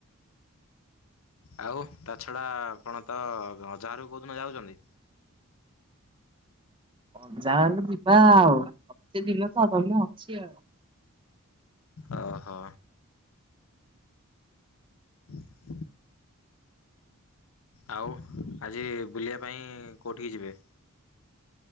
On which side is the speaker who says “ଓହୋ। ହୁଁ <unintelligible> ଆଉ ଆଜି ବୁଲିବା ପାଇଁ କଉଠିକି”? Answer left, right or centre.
Left